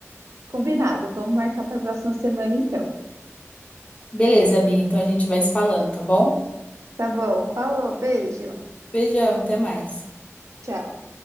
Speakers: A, on the right; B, on the left.
A: Combinado, vamos marcar para a próxima semana, então.
B: Beleza, Bia, então a gente vai se falando, tá bom?
A: Tá bom, falou, beijo,
B: Beijão, até mais.
A: tchau.